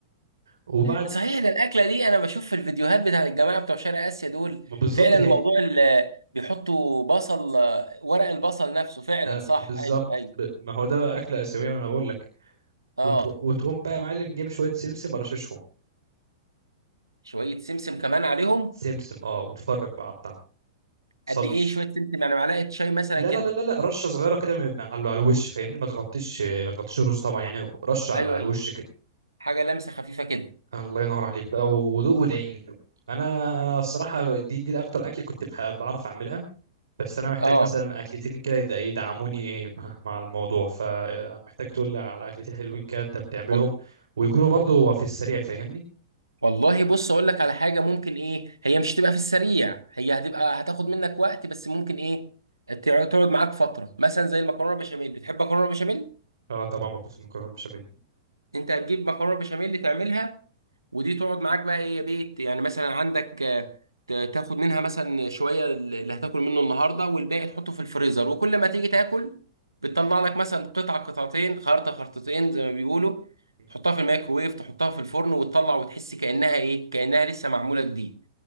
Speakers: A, on the right (about 70°); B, on the right (about 80°).
A: وبعد
B: صحيح ده الاكله دي انا بشوف في الفيديوهات بتاع الجماعه بتوع شرق اسيا دول
A: ما بالظبط
B: فعلا
A: ما
B: موضوع
A: هي
B: ال- بيحطوا بصل آه، ورق البصل نفسه فعلا
A: آه
B: صح
A: بالظبط
B: ايوه ايوه
A: ب- ما هو ده بقى اكله اسيويه ما انا بقول لك
B: اه
A: وتقو- وتقوم بقى يا معلم جيب شويه سمسم رششهم
B: شويه سمسم كمان عليهم
A: سمسم اه وتفرج بقى على الطعم صلش
B: قد ايه شويه سمسم يعني معلقه شاي مثلا
A: لا
B: كده
A: لا لا لا لا رشه صغيره كده من- على على الوش فاهمني ما تغطيش ما تغطيش الرز طبعا يعني رشه على
B: ايوه
A: على
B: ايوه
A: الوش
B: حاجه لمسه خفيفه كده
A: الله ينور عليك بقى ودوق وادعي لي انا الصراحه دي دي اكتر اكل كنت بح- بعرف اعملها بس انا محتاج
B: اه
A: مثلا اكلتين كده يد- يدعموني مع مع الموضوع فمحتاج تقول لي على اكلتين حلوين كده انت بتعملهم
B: وال-
A: ويكونوا برضو في السريع فاهمني
B: والله بص اقول لك على حاجه ممكن ايه هي مش تبقى في السريع هي هتبقى هتاخد منك وقت بس ممكن ايه تع- تقعد معاك فتره مثلا زي المكرونه بشاميل بتحب مكرونه بشاميل
A: اه طبعا مبسوط مكرونه بشاميل
B: انت هتجيب مكرونه بشاميل تعملها ودي تقعد معاك بقى ايه يا بيت يعني مثلا عندك آه، ت- تاخد منها مثلا شويه اللي هتاكل منه النهارده والباقي تحطه في الفريزر وكل ما تيجي تاكل بتطلع لك مثلا قطعه قطعتين خرطه خرطتين زي ما بيقولوا
A: مم.
B: تحطها في الميكروويف تحطها في الفرن وتطلع وتحس كانها ايه كانها لسه معموله جديد